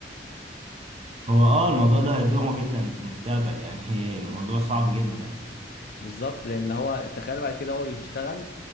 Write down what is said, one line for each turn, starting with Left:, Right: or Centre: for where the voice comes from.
Right: هو اه الموضوع ده هيضره جدا في المستقبل يعني <laughs> الموضوع صعب جدا
Left: بالظبط لان هو تخيل بعد كده هو يشتغل